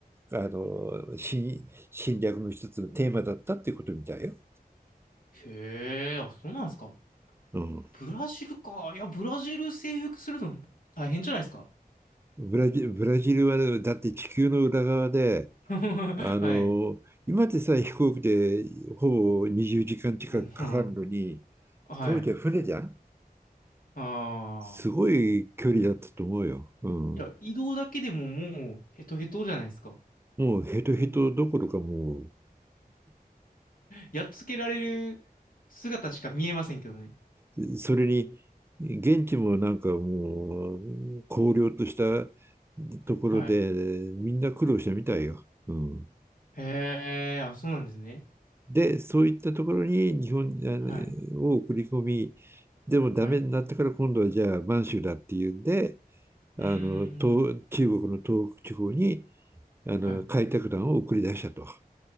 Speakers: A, on the right (about 15°); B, on the left (about 60°).
A: あの、侵、侵略の一つのテーマだったっていうことみたいよ。
B: へえ、あ、そうなんですか。
A: うん。
B: ブラジルか。いや、ブラジル征服するの大変じゃないですか。
A: ブラジ、ブラジルは、だって地球の裏側で、
B: <laughs>
A: あの、
B: はい。
A: 今でさえ飛行機でほぼ20時間近くかかるのに、
B: うん、うんはい。
A: 当時は船じゃん
B: ああ。
A: すごい距離だったと思うよ。うん。
B: いや、移動だけでももうヘトヘトじゃないですか。
A: もうヘトヘトどころかも
B: やっつけられる姿しか見えませんけどね。
A: う、それに、現地もなんかもう、荒涼としたところで、
B: はい。
A: みんな苦労したみたいよ。うん。
B: へえ、あ、そうなんですね。
A: で、そういったところに日本あ
B: はい。
A: のを送り込み、でもダメになったから今度はじゃあ満州だっていうんで、
B: はい。う
A: あの、
B: ーん。
A: 東中国の東北地方に、あの、
B: はい。
A: 開拓団を送り出したと。